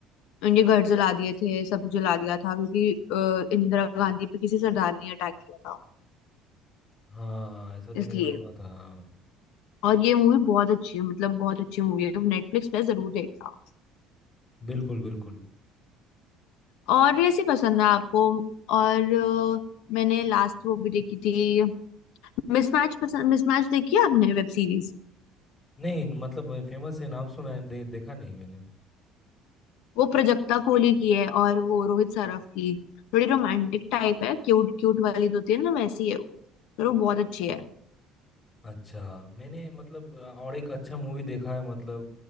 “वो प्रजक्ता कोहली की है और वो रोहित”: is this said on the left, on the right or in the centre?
Left